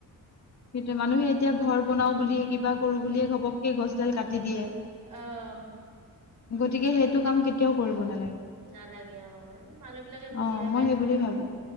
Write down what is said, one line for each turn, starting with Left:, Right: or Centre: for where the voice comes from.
Left: সেইটো মানুহে
Right: সেইকে
Left: এতিয়া ঘৰ বনাও বুলি কিবা কৰো বুলিয়ে ঘপকে। সেই ই গছডাল কাটি দিয়ে।
Right: অ
Left: গতিকে সেইটো কাম কেতিয়াও কৰিব নালাগে।
Right: নালাগে অ এ মানুহ বিলাকে বুজি
Left: অ
Right: নাপায়
Left: মই সেই
Right: নহয়
Left: বুলি ভাবো